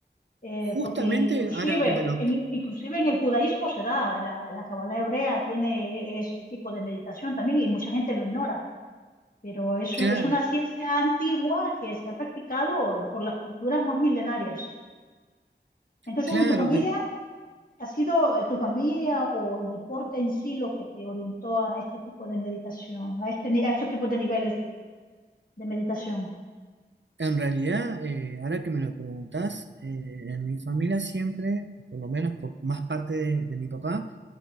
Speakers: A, on the left (about 50°); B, on the right (about 90°).
A: Eh,
B: Justamente
A: porque inclusive,
B: ahora que me lo...
A: en, inclusive en el judaísmo se da, la, la Kabbalah hebrea tiene ese tipo de meditación también y mucha gente lo ignora, pero es,
B: Claro,
A: es una ciencia antigua que se ha practicado por las culturas más milenarias. Entonces,
B: claro.
A: en tu familia
B: eh,
A: ¿Ha sido eh, tu familia o el deporte en sí lo que te orientó a este tipo de meditación, a, este, ni- a estos tipos de niveles de, de meditación?
B: En realidad, eh, ahora que me lo preguntás, eh, en mi familia siempre, por lo menos por más parte de, de mi papá,